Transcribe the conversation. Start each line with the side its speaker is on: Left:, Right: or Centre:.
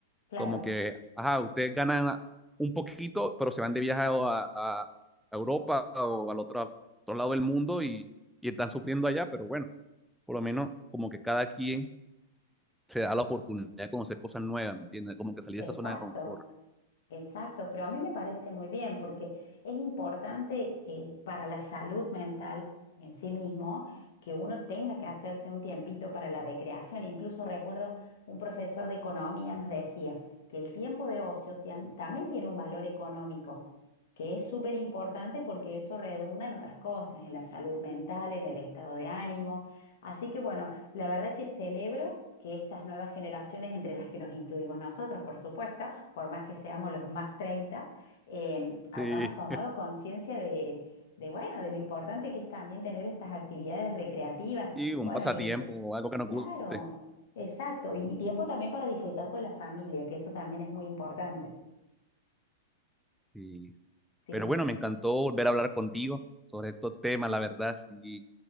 Left: claro,
Centre: como que, ajá, ustedes ganan un poquito, pero se van de viaje a, a- a Europa o al otro, otro lado del mundo y, y están sufriendo allá, pero bueno, por lo menos como que cada quien se da la oportunidad de conocer cosas nuevas, ¿me entiendes? Como que salir
Left: exacto.
Centre: de esa zona de confort.
Left: Exacto, pero a mí me parece muy bien porque es importante eh, para la salud mental en sí mismo que uno tenga que hacerse un tiempito para la recreación. Incluso recuerdo un profesor de economía nos decía que el tiempo de ocio tiam- también tiene un valor económico, que es súper importante porque eso redunda en otras cosas, en la salud mental, en el estado de ánimo. Así que bueno, la verdad que celebro que estas nuevas generaciones, entre las que nos incluimos nosotros, por supuesto, por más que seamos los más 30, eh, hayamos
Centre: Sí.
Left: tomado conciencia de, de, bueno, de lo importante que es también tener estas actividades recreativas.
Centre: Y un
Left: Bueno,
Centre: pasatiempo,
Left: y en tu,
Centre: algo que nos
Left: claro,
Centre: guste.
Left: exacto, y tiempo también para disfrutar con la familia, que eso también es muy importante.
Centre: Y
Left: Sí,
Centre: Pero bueno, me encantó volver a hablar contigo sobre estos temas, la verdad, sí,